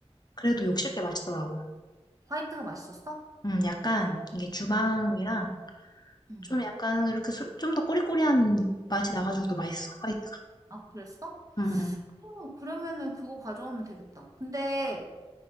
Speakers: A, on the left; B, on the right.
A: 그래도 욕실 게 맛있더라고.
B: 화이트가 맛있었어?
A: 음, 약간, 이게 주방이랑,
B: 응. 음.
A: 좀 약간, 이렇게 좀 더 꼬리꼬리한 맛이 나가지고 더 맛있어, 화이트가.
B: 아, 그랬어?
A: 음,
B: 그럼- 그러면은 그거 가져오면 되겠다. 근데